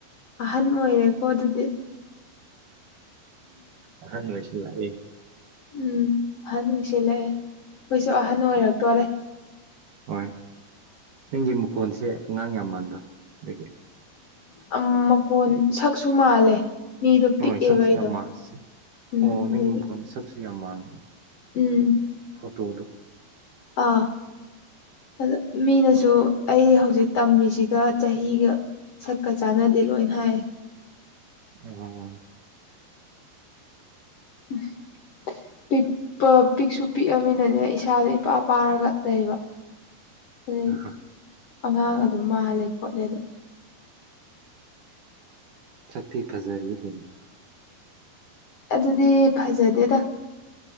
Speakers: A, on the left; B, on the right.
A: ꯑꯍꯟ ꯑꯣꯏꯔꯦꯀꯣ ꯑꯗꯨꯗꯤ
B: ꯑꯥꯡ ꯑꯣꯏꯣꯏꯁꯤ ꯂꯥꯛꯑꯑꯦ
A: ꯎꯝ ꯑꯍꯟ ꯑꯣꯏꯁꯤꯜꯂꯛꯑꯦ ꯑꯩꯣꯏꯁꯨ ꯑꯍꯟ ꯑꯣꯏꯔꯛꯇꯣꯔꯦ
B: ꯍꯣꯏ ꯅꯪꯒꯤ ꯃꯨꯀꯣꯟꯁꯦ ꯑꯉꯥꯡ ꯌꯥꯝ ꯃꯥꯟꯕ ꯑꯗꯒꯤ
A: ꯎꯝ ꯃꯈꯣꯟ ꯁꯛꯁꯨ ꯃꯥꯜꯂꯦ ꯃꯤꯗꯣ
B: ꯍꯣꯏ
A: ꯄꯤꯛꯑꯦꯕ
B: ꯁꯁꯤꯌꯥꯃꯥꯟ
A: ꯑꯩꯗꯣ ꯎꯝ
B: ꯑꯣ ꯅꯪꯒꯤꯣꯟ
A: ꯑꯗꯒꯤ
B: ꯁꯛꯁꯤꯌꯥ ꯃꯥꯥꯟ
A: ꯎꯝ
B: ꯀꯠꯇꯗꯣ
A: ꯑꯥ ꯑ ꯃꯤꯅꯁꯨ ꯑꯩ ꯍꯧꯖꯤꯛ ꯇꯝꯃꯤꯁꯤꯒ ꯆꯍꯤꯒ ꯁꯛꯀ ꯆꯥꯟꯅꯗꯦ ꯂꯣꯏꯅ ꯍꯥꯏ
B: ꯑ
A: ꯎꯝ ꯄꯤꯛꯄ ꯄꯤꯛꯁꯨ ꯄꯤꯛꯑꯃꯤꯅꯅꯦ ꯏꯁꯥꯗ ꯏꯄꯥ ꯄꯥꯔꯒ ꯂꯩꯕ ꯑꯗꯒꯤ
B: ꯑ ꯍꯣ
A: ꯑꯉꯥꯡ ꯑꯗꯨ ꯃꯥꯜꯂꯦ ꯈꯣꯠꯂꯦꯗ
B: ꯁꯛꯇꯇ ꯐꯖꯔ ꯀꯩꯅꯣ
A: ꯑꯗꯨꯗꯤ ꯐꯖꯗꯦ